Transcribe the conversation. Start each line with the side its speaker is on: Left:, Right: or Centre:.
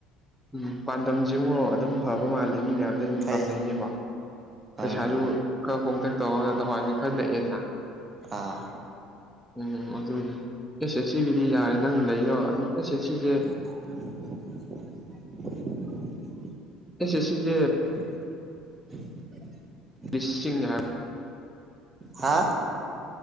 Centre: ꯎꯝ ꯄꯥꯟꯗꯝꯁꯤꯨꯉꯣ ꯑꯗꯨꯝ ꯐꯕ ꯃꯥꯜꯂꯤ ꯃꯤ ꯃꯌꯥꯝꯁ ꯑꯗꯨꯝ
Right: ꯐꯩ
Centre: ꯇꯝꯅꯩꯅꯦꯕ ꯄꯩꯁꯥꯁꯨ
Right: ꯑꯥ
Centre: ꯈꯔ ꯍꯣꯡꯆ ꯇꯧꯔ ꯋꯥꯟꯁ ꯈꯔ ꯂꯛꯑꯦꯗꯅ
Right: ꯑꯥ
Centre: ꯎꯝ ꯑꯗꯨꯅꯦ ꯑꯦꯁ ꯑꯦꯟ ꯁꯤꯒꯤꯗꯤ ꯌꯥꯔꯦ ꯅꯪꯅ ꯂꯩꯔꯣ ꯑꯗꯨ ꯑꯦꯁ ꯑꯦꯟ ꯁꯤꯁꯦ
Right: <unintelligible>
Centre: ꯑꯦꯁꯦ ꯁꯤꯁꯦ
Right: <unintelligible>
Centre: ꯂꯤꯁꯤꯡ ꯍꯥꯏ
Right: ꯍꯥꯥ